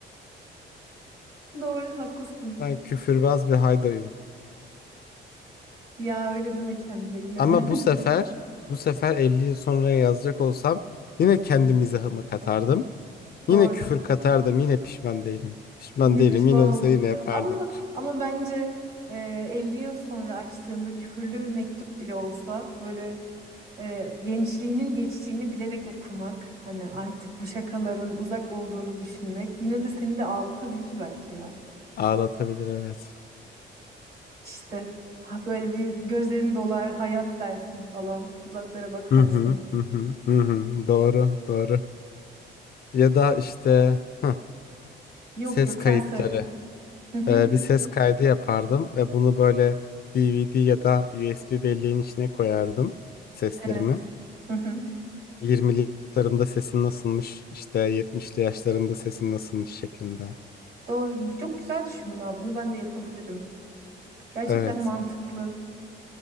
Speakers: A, on the right; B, on the left.
A: doğru haklısın.
B: Ben küfürbaz bir haydoyum.
A: Ya öyle deme kendine yine
B: Ama
A: de.
B: bu sefer bu sefer 50 yıl sonra yazacak olsam yine kendi mizahımı katardım.
A: <laughs>
B: Yine
A: Doğru.
B: küfür katardım. Yine pişman değilim. Pişman
A: Yine
B: değilim.
A: pişman
B: Yine olsa
A: olma.
B: yine yapardım.
A: Ama ama bence e, 50 yıl sonra açtığında küfürlü bir mektup bile olsa böyle e, gençliğinin geçtiğini bilerek okumak, hani artık bu şakaların uzak olduğunu düşünmek yine de seni de ağlatabilir belki ya.
B: Ağlatabilir evet.
A: İşte ha böyle bir gözlerin dolar hayat dersin falan uzaklara bakarsın.
B: Hı hı hı hı hı hı. Doğru doğru. Ya da işte hı.
A: Yok
B: Ses
A: yok
B: kayıtları.
A: sen söyle. <laughs>
B: Ee, bir ses kaydı yapardım ve bunu böyle DVD ya da USB belleğin içine koyardım seslerimi.
A: Evet. Hı hı.
B: 20'li yaşlarımda sesim nasılmış, işte 70'li yaşlarımda sesim nasılmış şeklinde.
A: Doğru. Çok güzel düşündün abi. Bunu ben de yapabilirim. Gerçekten
B: Evet,
A: mantıklı.